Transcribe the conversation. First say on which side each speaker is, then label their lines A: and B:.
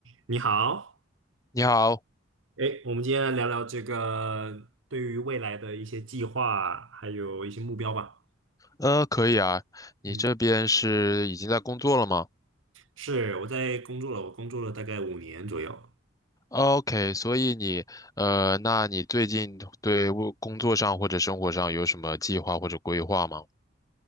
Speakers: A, on the right; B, on the left.
A: 你好，
B: 你好，
A: 哎，我们今天来聊聊这个对于未来的一些计划，还有一些目标吧。
B: 呃，可以啊，你这边是已经在工作了吗
A: 嗯，是，我在工作了，我工作了大概五年左右。
B: ？OK，所以你，呃，那你最近对我工作上或者生活上有什么计划或者规划吗？